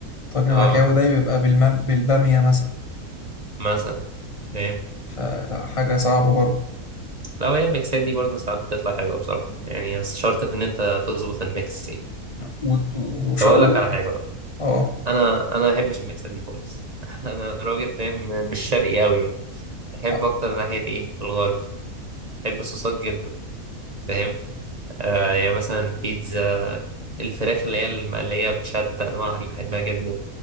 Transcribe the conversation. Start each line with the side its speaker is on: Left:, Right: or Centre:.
Left: طاجن
Right: اه
Left: العكاوي ده بيبقى بالمم... بالبامية مثلا
Right: مثلا فاهم
Left: فلا حاجة صعبة برضه
Right: لا هي الميكسات دي برضه ساعات بتطلع حلوة بصراحة يعني بس شرط إن أنت تظبط الميكس يعني
Left: و... و... وش...
Right: طب
Left: و...
Right: أقول لك على حاجة بقى.
Left: اه
Right: أنا أنا ما بحبش الميكسات دي خالص <laughs> أنا راجل فاهم مش شرقي أوي يعني أحب
Left: آه.
Right: أكتر ناحية إيه الغربي بحب الصوصات جدا فاهم آه يعني مثلا بيتزا الفراخ اللي هي المقلية بشتى أنواعها دي بحبها جدا